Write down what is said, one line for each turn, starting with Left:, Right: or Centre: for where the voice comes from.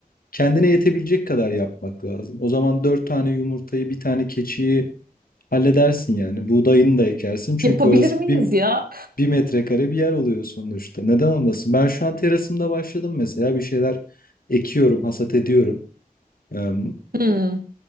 Left: kendine yetebilecek kadar yapmak lazım. O zaman dört tane yumurtayı, bir tane keçiyi halledersin yani. Buğdayını da ekersin çünkü
Right: Yapabilir
Left: orası
Right: miyiz
Left: bir,
Right: ya?
Left: bir metrekare bir yer oluyor sonuçta. Neden olmasın? Ben şu an terasımda başladım mesela bir şeyler ekiyorum, hasat ediyorum. Eee,
Right: Hmm,